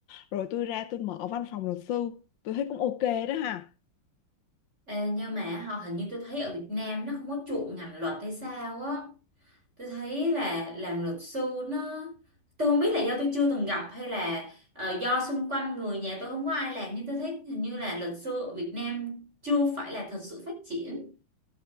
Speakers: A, on the left (about 65°); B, on the right (about 30°).
A: rồi tôi ra tôi mở văn phòng luật sư tôi thấy cũng ok đó ha
B: Ê, nhưng mà họ hình như tôi thấy ở Việt Nam nó không có chuộng ngành luật hay sao á tôi thấy là làm luật sư nó tôi không biết là do tôi chưa từng gặp hay là ờ, do xung quanh người nhà tôi không có ai làm nhưng tôi thấy hình như là luật sư ở Việt Nam chưa phải là thật sự phát triển